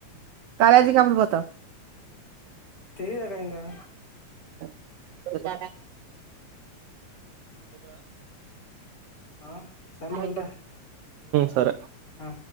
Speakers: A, on the right; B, on the left.
A: కాలేజీ కి ఎప్పుడూ పోతావ్
B: తెలీదు అక్క ఇంకా
A: చెప్పురా
B: ఆ సర్లే
A: హ
B: ఉంటా
A: సరే
B: ఆ